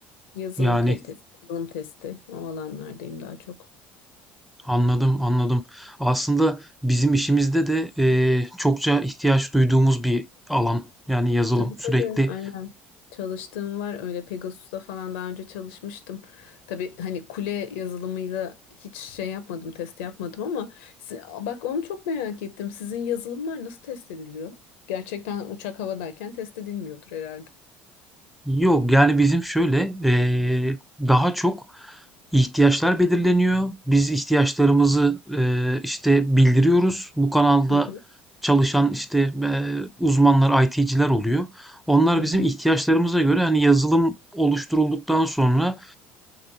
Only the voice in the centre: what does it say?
yani
anladım anladım. Aslında bizim işimizde de e, çokça ihtiyaç duyduğumuz bir alan. Yani yazılım
sürekli
Yok yani bizim şöyle eee, daha çok ihtiyaçlar belirleniyor. Biz ihtiyaçlarımızı eee, işte bildiriyoruz. Bu kanalda
çalışan işte eee, uzmanlar, IT'ciler oluyor. Onlar
bizim
ihtiyaçlarımıza göre hani yazılım oluşturulduktan sonra